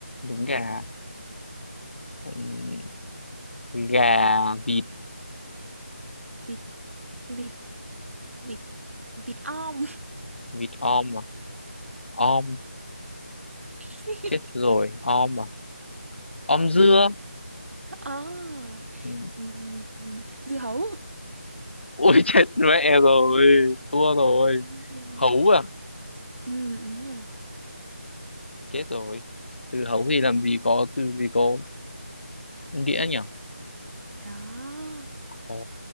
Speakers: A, on the left; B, on the right.
A: trứng gà ừ, gà vịt
B: vịt vịt vịt vịt om
A: vịt om à om
B: <laughs>
A: chết rồi om à om dưa
B: à,
A: Ừ.
B: ừm, dưa hấu
A: ui <laughs> chết mẹ rồi thua rồi
B: Dưa hấu.
A: hấu à
B: ừ, đúng rồi
A: chết rồi từ hấu thì làm gì có từ gì có nghĩa nhỉ
B: Đó,
A: ồ